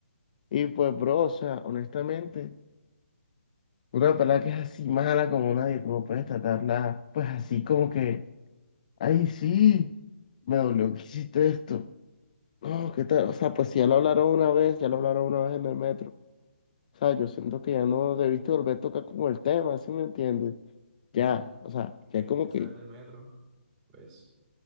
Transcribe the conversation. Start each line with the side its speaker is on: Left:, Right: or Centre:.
Left: Y pues, bro, o sea, honestamente, una pelada que es así mala como nadie, como puedes tratarla, pues así como que, ay, sí, me dolió que hiciste esto. No, ¿qué tal? O sea, pues si ya lo hablaron una vez, ya lo hablaron una vez en el metro. O sea, yo siento que ya no debiste volver a tocar como el tema, ¿sí me entiendes? Ya,
Right: Mm.
Left: o sea,
Right: Es
Left: ya
Right: que
Left: como
Right: esa
Left: que,
Right: vez del metro. Pues,